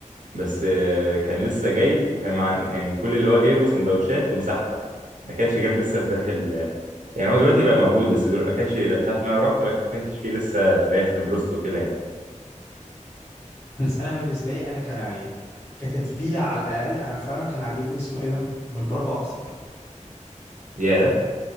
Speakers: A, on the right; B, on the left.
A: بس آه، كان لسه جاي وكان مع... كان كل اللي هو جايبه سندوتشات ومسحب ما كانش جاب لسه الفراخ ال... يعني هو دلوقتي بقى موجود بس دلوقتي ما كانش ساعة ما انا رحت ما كانش فيه لسه فراخ بروست وكده يعني
B: بس انا بالنسبه لي انا ك يعني كتتبيله على الاقل انا فعلا كان عاجبني اسمه ايه ده بالبركه اكتر
A: ياه